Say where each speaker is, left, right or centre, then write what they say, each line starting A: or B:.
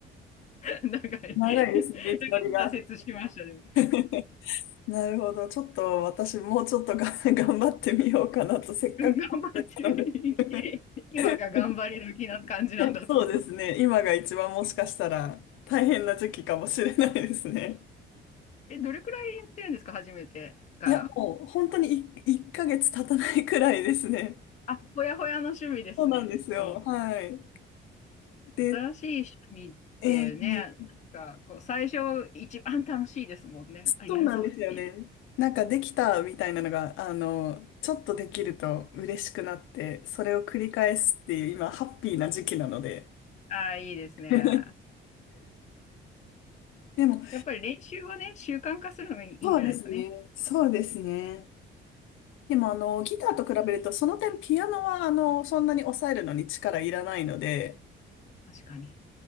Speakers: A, on the left; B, on the left.
A: なんか、<laughs>
B: 長いですね、
A: 挫
B: 道のりが。
A: 折しましたね。
B: <laughs> なるほど。ちょっと私もうちょっとが <laughs> 頑張ってみようかなと、せっかく始めたので
A: うん、頑張ってる。<laughs> 今が頑張り時な感じなんだと思う。
B: <laughs> <laughs> そうですね。今が一番もしかしたら大変な時期かもしれないですね。
A: え、どれくらいやってるんですか初めてから。
B: いや、もう本当にい1、ヶ月経たないくらいですね。
A: あ、ほやほやの趣味ですね。
B: そうなんですよ。
A: いい
B: はい。で、
A: 新しい趣味ってね、
B: えー
A: なんかこう最初一番楽しいですもんね。あれやるぞっていう。
B: そうなんですよね。なんかできたみたいなのが、あの、ちょっとできると嬉しくなって、それを繰り返すっていう今、ハッピーな時期なので。
A: ああ、いいですね。
B: <laughs> でも、
A: やっぱり練習はね、習慣化するのがいいいいんじゃないですかね。
B: そうですね。そうですね。でもあの、ギターと比べると、その点ピアノはあの、そんなに抑えるのに力いらないので、
A: 確かに。